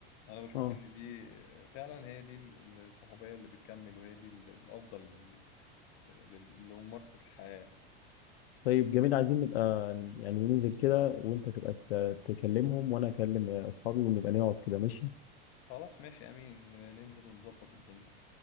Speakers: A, on the left; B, on the left.
A: انا بشوف
B: اه
A: ان دي فعلا هي دي ال- ال- الصحوبيه اللي بتكمل وهي دي ال- الافضل لل- لل- لل- لممارسه الحياه يعني
B: طيب جميل عايزين نبقى يعني ننزل كده وانت تبقى ت- تكلمهم وانا اكلم اصحابي ونبقى نقعد كده ماشي
A: خلاص ماشي امين ننزل ونظبط الدنيا